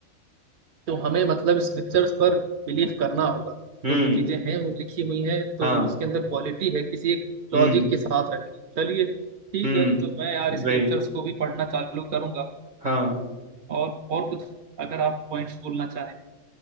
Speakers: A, on the right; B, on the right.
A: तो हमें मतलब स्क्रिप्चर्स पर बिलीव करना होगा
B: हम्म
A: जो चीजें हैं वो लिखी हुई हैं तो
B: हाँ
A: उसके अंदर क्वालिटी है किसी एक लॉजिक
B: हम्म
A: के साथ रखी चलिए ठीक
B: हम्म
A: है तो मैं यार स्क्रिप्चर्स
B: वही
A: को भी पढ़ना चालू करूंगा
B: हाँ
A: और और कुछ अगर आप पॉइंट्स बोलना चाहें